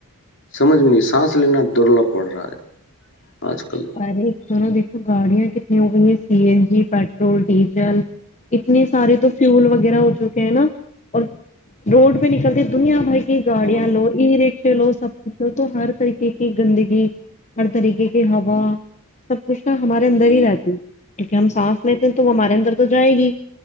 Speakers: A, on the left; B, on the left.
A: سمجھ میں نہیں سانس لینا درلب پڑ رہا ہے آج کل
B: ارے ایک تو نا دیک گاڑیاں کتنی ہو گئی ہیں C N G petrol diesel اتنے سارے تو فیول وغیرہ ہو چکے ہیں نا اور روڈ پہ نکلتے دنیا بھائی گاڑیا
A: ہاں
B: لو ای رکش لو سب کچھ لو تو ہر طریقے کی گندگی ہر طریقے کے ہ سب کچھ ہمارے اندر
A: ہوں،
B: ہی رہتی کیونکہ ہم سانس لیتے ہیں تو وہ ہمارے اندر تو جائے گی